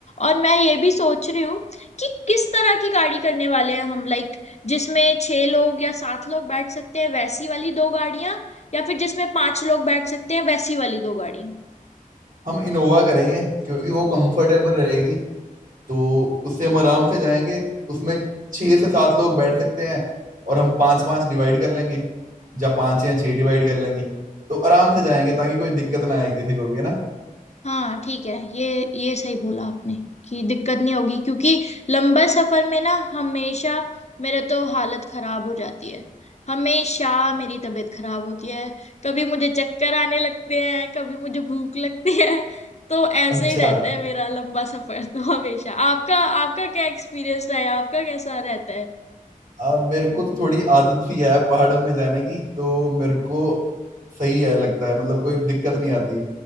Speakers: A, on the left; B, on the right.
A: और मैं ये भी सोच रही हूँ कि किस तरह की गाड़ी करने वाले हैं हम लाइक जिसमें छह लोग या सात लोग बैठ सकते हैं वैसी वाली दो गाड़ियां या फिर जिसमें पांच लोग बैठ सकते हैं वैसी वाली दो गाड़ियां
B: हम इनोवा करेंगे क्योंकि वो कंफर्टेबल रहेगी तो उससे हम आराम से जाएंगे उसमें छह से सात लोग बैठ सकते हैं और हम पांच पांच डिवाइड कर लेंगे या पांच या छह डिवाइड कर लेंगे तो आराम से जाएंगे ताकि कोई दिक्कत ना आए किसी को भी है ना
A: हाँ ठीक है ये ये सही बोला आपने कि दिक्कत नहीं होगी क्योंकि लंबे सफर में ना हमेशा मेरे तो हालत खराब हो जाती है हमेशा मेरी तबीयत खराब होती है कभी मुझे चक्कर आने लगते हैं कभी मुझे भूख लगती है तो ऐसे
B: अच्छा
A: ही रहता है मेरा लंबा सफर तो हमेशा आपका आपका क्या एक्सपीरियंस रहा है आपका कैसा रहता
B: अब मेरे को तो थोड़ी आदत सी है पहाड़ों में जाने की तो मेरे को सही है लगता है मतलब कोई दिक्कत नहीं आती